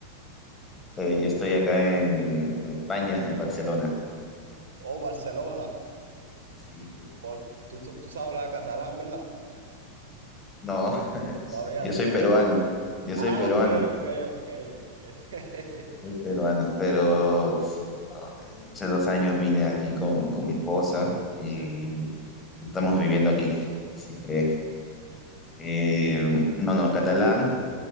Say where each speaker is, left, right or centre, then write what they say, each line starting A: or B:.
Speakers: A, on the left (about 15°); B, on the right (about 60°).
A: Eh, yo estoy acá en, en España, en Barcelona.
B: Oh, Barcelona.
A: Sí. sí.
B: Oh, tú, tú tú sabes hablar catalán, ¿verdad?
A: No, <laughs>
B: Todavía
A: yo
B: no.
A: soy peruano, yo
B: Ah,
A: soy peruano,
B: ok, ok, ok, ok. <laughs>
A: soy peruano, pero no, hace dos años vine aquí con, con mi esposa y
B: Sí.
A: estamos viviendo aquí. Así que, eh, no, no, catalán,